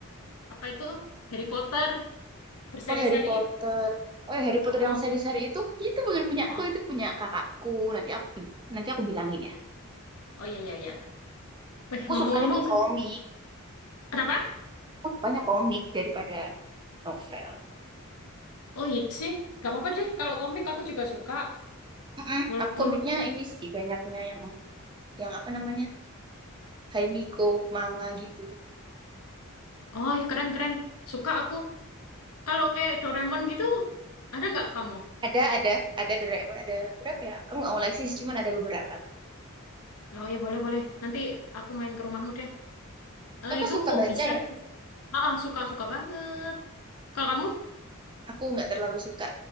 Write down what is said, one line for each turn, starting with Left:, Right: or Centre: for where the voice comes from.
Left: apa itu Harry Potter berseri-seri
Right: oh Harry Potter.
Left: itu.
Right: Oh ya Harry Potter
Left: Oh,
Right: yang seri-seri itu, itu bukan punya aku,
Left: oh,
Right: itu punya kakakku. Nanti aku bi- nanti aku bilangin ya.
Left: oh ya ya ya. Weh,
Right: Aku
Left: ngomong-ngomong,
Right: sukanya tuh komik.
Left: kenapa?
Right: Aku sukanya komik daripada novel.
Left: Oh iya sih, gak apa-apa deh. Kalau komik aku juga suka,
Right: Mm-mm.
Left: walaupun
Right: Aku komiknya
Left: aku-
Right: ini sih banyaknya yang yang apa namanya? Haimiko, manga gitu.
Left: oh ya keren-keren, suka aku. Kalau kayak Doraemon gitu, ada nggak kamu?
Right: Ada, ada, ada Doraemon, ada berapa ya? Aku nggak koleksi sih, cuman ada beberapa lah.
Left: Oh ya boleh boleh. Nanti aku main ke rumahmu deh. Eh,
Right: Kakak
Left: itu
Right: suka
Left: kok
Right: baca
Left: bisa
Right: ya?
Left: sih? Ah, ah, suka suka banget. Kalau kamu?
Right: Eh, Aku nggak terlalu suka.